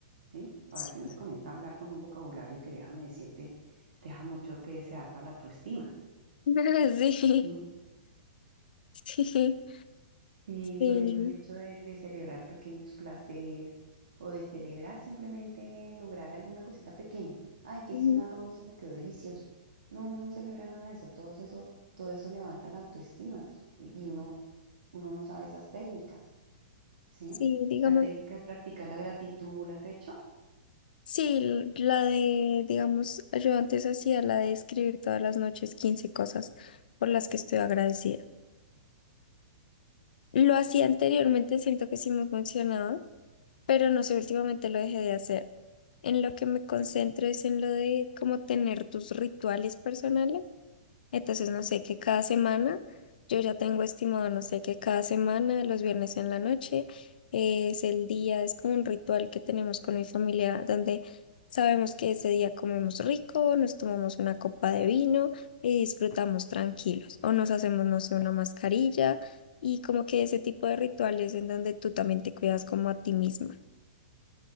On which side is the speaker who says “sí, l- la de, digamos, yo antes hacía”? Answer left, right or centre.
Left